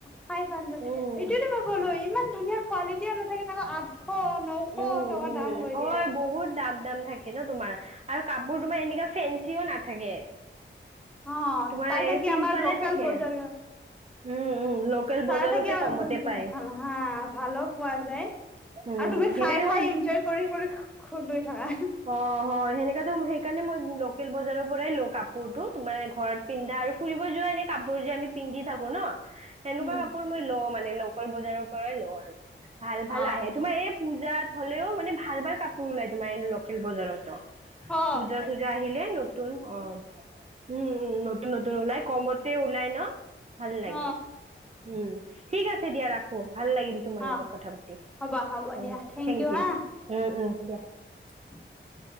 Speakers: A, in the centre; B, on the right.
A: ফাইভ হানড্ৰেড
B: উম।
A: এইটোয়ো মই ক'লো ইমান ধুনীয়া কোৱালিটি নাথাকে আঠশ নশ
B: উম
A: টকা
B: উম
A: দাম কৈ
B: হয়
A: দিয়ে।
B: বহুত দাম দাম থাকে ন তোমাৰ আৰু কাপোৰ তোমাৰ এনেকা ফেঞ্চিও নাথাকে।
A: অ
B: তোমাৰ
A: তাৰ থাকি
B: এই চিম্পলে
A: আমাৰ লোকেল
B: থাকে
A: বজাৰ
B: উম উম। লোকেল
A: তাত
B: বজাৰতে
A: থাকি
B: কমতে পায়।
A: ভাল হা ভালো পোৱা যায়
B: উম
A: আৰু তুমি
B: সেইকাৰণে
A: খাই খাই
B: মই
A: এনজয় কৰি কৰি খোল লৈ থাকা
B: অ হয় সেনেকাতো সেইকাৰণে মই লোকেল বজাৰৰ পৰাই লও কাপোৰতো তোমাৰ ঘৰত পিন্ধা আৰু ফুৰিব যোৱা এনে কাপোৰ যে আমি পিন্ধি থাকো ন। সেনেকুৱা
A: উম
B: কাপোৰ মই লও মানে লোকেল বজাৰৰ পৰাই লও আৰু। ভাল
A: অ
B: ভাল আহে তোমাৰ এই পূজাত হলেও মানে ভাল ভাল কাপোৰ ওলাই। তোমাৰ এই লোকেল বজাৰতো।
A: অ
B: পূজা চূজা আহিলে নতুন অ উম উ নতুন নতুন ওলাই কমত তে ওলাই ন ভাল লাগে।
A: অ
B: উম ঠিক আছে দিয়া ৰাখো ভাল লাগিল তোমাৰ
A: অ
B: লগত কথা পাতি।
A: হ'বা হ'ব
B: উ
A: দিয়া
B: থেংক
A: হা
B: ইউ, উম উম দিয়া।
A: <inaudible>